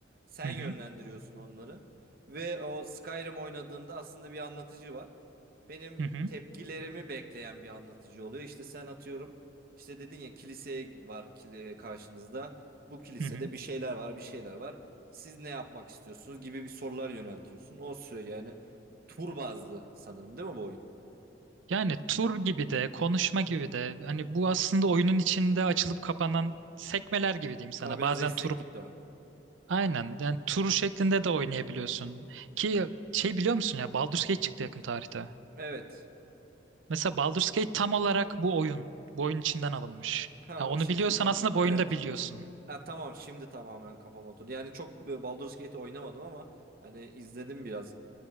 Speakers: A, on the right; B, on the right.
A: Sen
B: Hı
A: yönlendiriyorsun
B: hı,
A: onları. Ve o Skyrim oynadığında aslında bir anlatıcı var. Benim
B: hı hı,
A: tepkilerimi bekleyen bir anlatıcı oluyor. İşte sen atıyorum. işte dedin ya kiliseye var kili- karşınızda. Bu kilisede
B: hı hı.
A: bir şeyler var, bir şeyler var. Siz ne yapmak istiyorsunuz gibi bir sorular yöneltiyorsun. O sürece yani tur bazlı sanırım değil mi bu oyun?
B: Yani tur gibi de, konuşma gibi de hani bu aslında oyunun içinde açılıp kapanan sekmeler gibi diyeyim sana.
A: Ha biraz
B: Bazen
A: esneklik
B: tur
A: de var.
B: Aynen. Yani tur şeklinde de oynayabiliyorsun. Ki şey biliyor musun ya Baldur's Gate çıktı yakın tarihte.
A: Evet.
B: Mesela Baldur's Gate tam olarak bu oyun. Bu oyun içinden alınmış.
A: Ha
B: Ya
A: o
B: onu
A: şekilde.
B: biliyorsan aslında bu oyunu
A: Evet.
B: da biliyorsun.
A: Ha, tamam şimdi tamamen kafam oturdu. Yani çok e, Baldur's Gate oynamadım ama hani izledim biraz